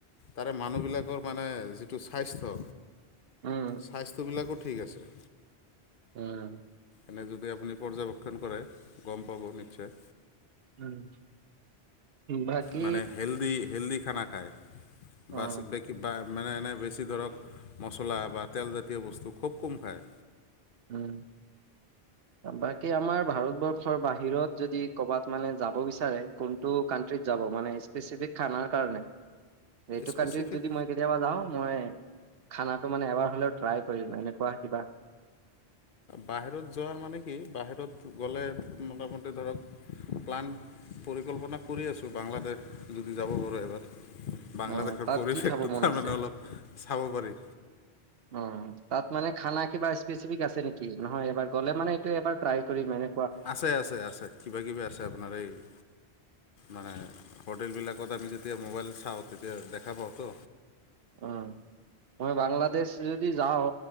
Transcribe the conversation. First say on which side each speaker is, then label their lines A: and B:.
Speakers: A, on the left (about 60°); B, on the right (about 65°).
A: তাৰে মানুহবিলাকৰ মানে যিটো স্বাস্থ্য,
B: উম,
A: স্বাস্থ্যবিলাকত ঠিক আছে।
B: উম।
A: এনে যদি আপুনি পৰ্যবেক্ষণ কৰে গম পাব নিশ্চয়।
B: উম। বাকী
A: মানে হেল্দি হেল্দি খানা খায়।
B: অ',
A: বাছ বেকি বা, মানে এনেই বেছি ধৰক মচলা বা তেলজাতীয় বস্তু খুব কম খায়।
B: উম। বাকী আমাৰ ভাৰতবৰ্ষৰ বাহিৰত যদি ক'বাত মানে যাব বিচাৰে কোনটো কান্ট্ৰী - যাব মানে ইচপেছিয়েলি খানাৰ কাৰণে? এইটো
A: স্পেচিফিক
B: কানট্ৰিত যদি মই কেতিয়াবা যাওঁ, মই খানাটো মানে এবাৰ হ'লেও ট্ৰাই কৰিম এনেকুৱা কিবা।
A: বাহিৰত যোৱাৰ মানে কি বাহিৰত গ'লে, মোটামুটি ধৰক প্লান পৰিকল্পনা কৰি আছোঁ, বাংলাদেশ যদি যাব পাৰো এবাৰ বাংলাদেশৰ
B: অ তাত
A: পৰিৱেশটো
B: কি খাব মন
A: তাৰমানে
B: আছে
A: অলপ চাব পাৰি।
B: অ তাত মানে খানা কিবা স্পেচিফিক আছে নেকি। নহয় এবাৰ গ'লে মানে এইটো এবাৰ ট্ৰাই কৰিম মানে।
A: আছে আছে আছে কিবা কিবি আছে। আপোনাৰ এই- মানে হোটেলবিলাকত আমি যেতিয়া মোবাইল চাওঁ, তেতিয়া দেখা পাওঁতো,
B: অ, মই বাংলাদেশ যদি যাওঁ